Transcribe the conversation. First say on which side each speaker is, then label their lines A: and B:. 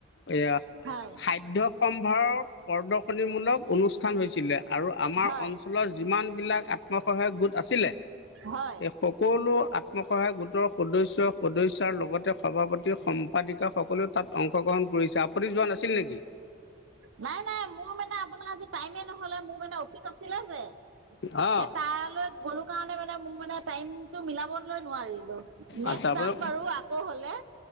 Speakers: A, on the left; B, on the right.
A: এইয়া
B: হয়
A: খাদ্যসম ভাৰ প্ৰদৰ্শনীমূলক অনুষ্ঠান হৈছিলে আৰু আমাৰ
B: হয়
A: অঞ্চলৰ যিমান বিলাক আত্মসহায়ক গোট আছিলে,
B: হয়।
A: স সকলো। অতমসহায় গোটৰ সদস্ সদস্ৰ লগতে সভাপতি সম্পাদিকা সকলেও তাত অংশগ্ৰহণ। কৰিছে আপুনি যোৱা নাছিল নেকি?
B: নাই নাই মোৰ মানে আপোনাৰ আজি টাইমে নহলে মোৰ মানে অফিচ আছিলে যে। এ
A: অ
B: তালৈ গ'লো কাৰণে মানে মোৰ মানে টাইমতটো মিলাবলৈ নোৱাৰিলো। নেক্স
A: আচ্ছা আপুনি
B: যাম বাৰু আকৌ হলে।